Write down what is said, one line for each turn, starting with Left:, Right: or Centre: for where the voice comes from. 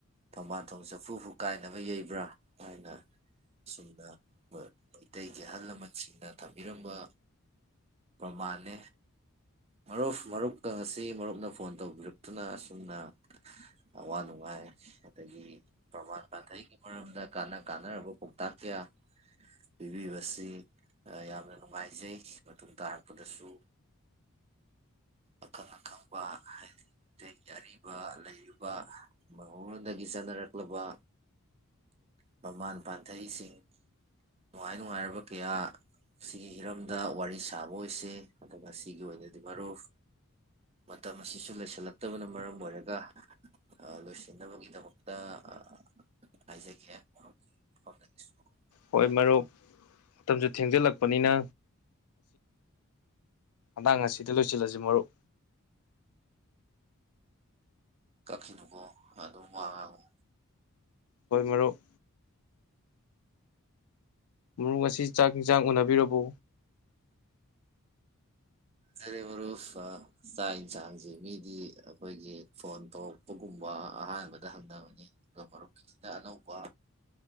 Right: ꯊꯣꯡꯕꯥꯥꯟ ꯊꯣꯡ ꯆꯐꯨꯕꯨ ꯀꯥꯏꯅꯕ ꯌꯩꯕ꯭ꯔꯥ ꯍꯥꯏꯅ ꯑꯁꯨꯝꯅ ꯃ ꯃꯩꯇꯩꯒꯤ ꯑꯍꯜ ꯂꯃꯟꯁꯤꯡꯅ ꯊꯝꯕꯤꯔꯝꯕ ꯄ꯭ꯔꯃꯥꯟꯅꯦ ꯃꯔꯨꯞ ꯃꯔꯨꯞꯀ ꯉꯁꯤ ꯃꯔꯨꯞꯅ ꯐꯣꯟ ꯇꯧ ꯕꯤꯔꯛꯇꯨꯅ ꯑꯁꯨꯝꯅ ꯑꯋꯥ ꯅꯨꯡꯉꯥꯏ ꯑꯗꯒꯤ ꯄ꯭ꯔꯃꯥꯟ ꯄꯥꯟꯊꯩꯒꯤ ꯃꯔꯝꯗ ꯀꯥꯟꯅ ꯀꯥꯟꯅꯔꯕ ꯄꯥꯎꯇꯥꯛ ꯀꯌꯥ ꯄꯤꯕꯤꯕꯁꯤ ꯌꯥꯝꯅ ꯅꯨꯡꯉꯥꯏꯖꯩ ꯃꯇꯨꯡ ꯇꯥꯔꯛꯄꯗꯁꯨ ꯑꯈꯪ ꯑꯈꯪꯕ ꯍꯥꯏꯗꯤ ꯃꯩꯇꯩꯒꯤ ꯑꯔꯤꯕ ꯂꯩꯔꯤꯕ ꯃꯩꯍꯧꯟꯔꯣꯟꯗꯒꯤ ꯆꯠꯅꯔꯛꯂꯕ ꯄ꯭ꯔꯃꯥꯟ ꯄꯥꯟꯊꯩꯁꯤꯡ ꯅꯨꯡꯉꯥꯏ ꯅꯨꯡꯉꯥꯏꯔꯕ ꯀꯌꯥ ꯁꯤꯒꯤ ꯍꯤꯔꯝꯗ ꯋꯥꯔꯤ ꯁꯥꯕ ꯑꯣꯏꯁꯦ ꯑꯗꯨ ꯉꯁꯤꯒꯤ ꯑꯣꯏꯅꯗꯤ ꯃꯔꯨꯞ ꯃꯇꯝ ꯑꯁꯤꯁꯨ ꯂꯣꯏꯁꯜꯂꯛ ꯇꯕꯅ ꯃꯔꯝ ꯑꯣꯏꯔꯒ ꯑ ꯂꯣꯏꯁꯤꯟꯅꯕꯒꯤꯗꯃꯛꯇ ꯑ ꯍꯥꯏꯖꯒꯦ <unintelligible>
Left: ꯍꯣꯏ
Right: ꯋꯥꯍꯩ
Left: ꯃꯔꯨꯞ ꯃꯇꯝꯖꯨ ꯊꯦꯡꯖꯜꯂꯛꯄꯅꯤꯅ ꯃꯇꯥꯡ ꯑꯁꯤꯗ ꯂꯣꯏꯁꯤꯜꯂꯁꯤ ꯃꯔꯨꯞ
Right: ꯀꯈꯤꯗꯨꯨꯀꯣ ꯑꯗꯨ ꯑꯗꯨꯝ ꯋꯥꯡꯉꯒ
Left: ꯍꯈꯣꯏ ꯃꯔꯨꯞ ꯃꯔꯨ ꯑꯁꯤ ꯆꯥꯛ ꯌꯦꯟꯁꯥꯡ ꯎꯅꯕꯤꯔꯕꯕꯨ
Right: ꯆꯦ ꯃꯔꯨꯞ ꯆꯥꯛ ꯌꯦꯟꯁꯥꯡꯁꯦ ꯃꯤꯗꯤ ꯑꯩꯈꯣꯏꯒꯤ ꯐꯣꯟ ꯊꯣꯛꯣꯛ ꯒꯨꯝꯕ ꯑꯍꯥꯟꯕꯗ ꯍꯪꯅꯕꯅꯤ ꯑꯗꯨꯒ ꯃꯔꯨꯞꯀꯤꯁꯤꯅ ꯑꯅꯧꯕ